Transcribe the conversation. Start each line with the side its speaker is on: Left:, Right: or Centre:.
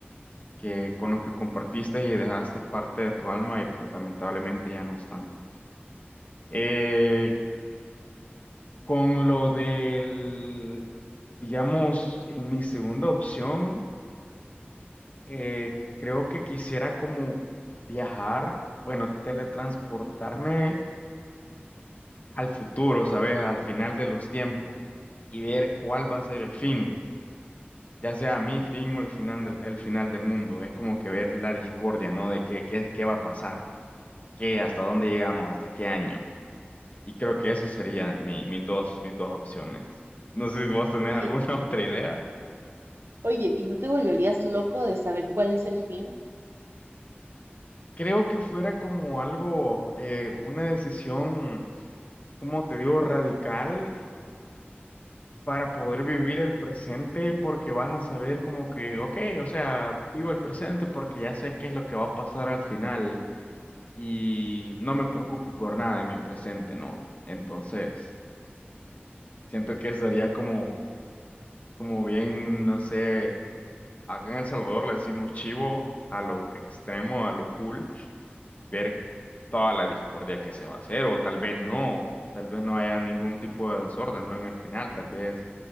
Left: que con los que compartiste y dejaste parte de tu alma y pues lamentablemente ya no están. Eh, con lo del, digamos, en mi segunda opción, eh, creo que quisiera como viajar, bueno, teletransportarme al futuro, ¿sabes? Al final de los tiempos y ver cuál va a ser el fin. Ya sea mi fin o el final del, el final del mundo, es como que ver la discordia, ¿no? De qué, qué, qué va a pasar. ¿Qué? ¿Hasta dónde llegamos? ¿Hasta qué año? Y creo que eso serían mi, mis dos, mis dos opciones. No sé si vos tenés
Right: Oye,
Left: alguna <laughs> otra idea.
Right: oye, ¿y no te volverías loco de saber cuál es el fin?
Left: Creo que fuera como algo, eh, una decisión, como te digo, radical para poder vivir el presente porque vas a saber como que, ok, o sea, vivo el presente porque ya sé qué es lo que va a pasar al final y no me preocupo por nada en mi presente, ¿no? Entonces, siento que sería como, como bien, no sé. Acá en El Salvador le decimos chivo a lo extremo, a lo cool, ver toda la discordia que se va a hacer, o tal vez no, tal vez no haya ningún tipo de desorden, ¿no? En el final, tal vez